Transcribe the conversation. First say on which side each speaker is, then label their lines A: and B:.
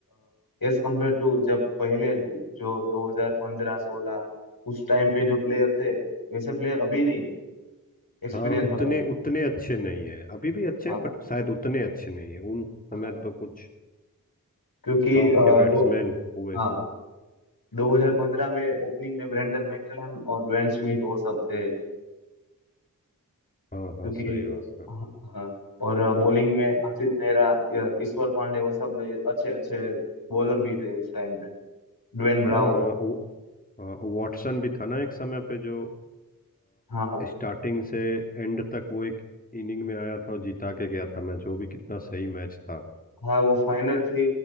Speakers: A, on the left (about 75°); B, on the left (about 25°).
A: एज कम्पेयर टू जब पहले जो 2015 16 उस टाइम पे जो प्लेयर थे वैसे प्लेयर अभी नहीं है एक्सपीरियंस
B: हाँ उतने
A: वाले हैं।
B: उतने अच्छे नहीं है अभी भी अच्छे
A: हाँ
B: हैं बट शायद उतने अच्छे नहीं है उन समय
A: हाँ
B: तो कुछ
A: क्योंकि
B: टॉप
A: अ,
B: के बैट्समैन
A: दो
B: हुए
A: हाँ 2015 में ओपनिंग में ब्रेंडन मैकलम और वेन स्मिथ वो सब थे
B: हाँ हाँ
A: क्योंकि
B: सही बात है
A: हाँ हाँ, और बॉलिंग में आशीष नेहरा अ, ईश्वर पांडे वो सब अच्छे अच्छे बॉलर भी थे उस टाइम पे ड्वेन ब्रावो
B: हाँ हाँ वो- हाँ, वाटसन भी था ना एक समय पे जो
A: हाँ
B: स्टार्टिंग से एंड तक वो एक इनिंग में आया था और जिता के गया था मैच वो भी कितना सही मैच था
A: हाँ वो फाइनल थी